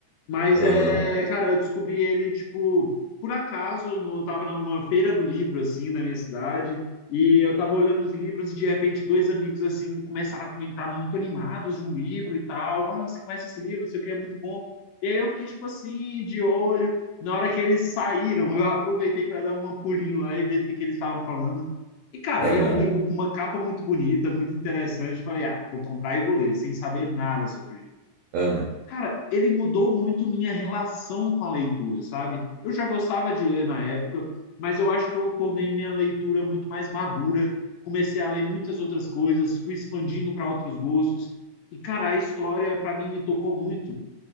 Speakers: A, on the left (about 80°); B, on the right (about 85°).
A: Mas
B: aham,
A: é, cara, eu descobri ele, tipo, por acaso, no, tava numa feira do livro, assim, na minha cidade, e eu tava olhando uns livros e de repente dois amigos, assim, começaram a comentar muito animados de um livro e tal. Ah, você conhece esse livro, não sei o que, é muito bom. E aí eu fiquei, tipo assim, de olho. Na hora que eles saíram, <laughs> eu aproveitei para dar um pulinho lá e ver o que, que eles estavam falando. E, cara,
B: aham,
A: ele é um livro com uma capa muito bonita, muito interessante. Falei, ah, vou comprar e vou ler, sem saber nada sobre isso.
B: aham.
A: Cara, ele mudou muito minha relação com a leitura, sabe? Eu já gostava de ler na época, mas eu acho que eu tornei minha leitura muito mais madura, comecei a ler muitas outras coisas, fui expandindo para outros gostos. E, cara, a história para mim me tocou muito